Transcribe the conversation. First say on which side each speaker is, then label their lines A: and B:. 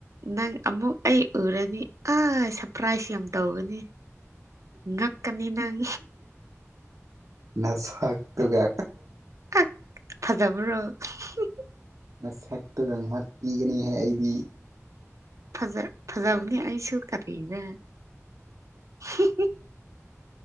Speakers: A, on the right (about 70°); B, on the right (about 90°).
A: ꯅꯪ ꯑꯃꯨꯛ ꯑꯩ ꯎꯔꯗꯤ ꯑꯁ ꯁꯔꯄ꯭ꯔꯥꯏꯖ ꯌꯥꯝ ꯇꯧꯒꯅꯤ ꯉꯛꯀꯅꯤ ꯅꯪ
B: ꯅꯁꯛꯇꯨꯒ
A: ꯀꯛ ꯐꯖꯕꯔꯣ ꯍꯨ ꯍꯨ
B: ꯅꯁꯛꯇꯨꯒ ꯉꯥꯛꯄꯤꯒꯅꯤꯍꯦ ꯑꯩꯗꯤ
A: ꯐꯖ ꯐꯖꯥꯕꯅꯦ ꯑꯩꯁꯨ ꯀꯔꯤꯔꯥ ꯍꯨꯝ ꯍꯨ